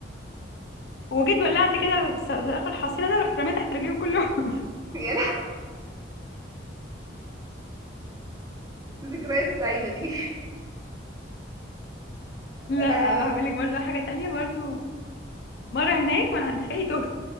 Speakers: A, on the left; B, on the right.
A: وجيت ولعت كده الص- صاروخ الحصيرة ده رحت رميت تحت رجليهم كلهم <laughs>
B: <laughs> يا لهوي ذكريات سعيده دي <laughs>
A: لا
B: انا
A: هقول لك برضه حاجة تانية برضه مرة هناك وانا عند خالي تهت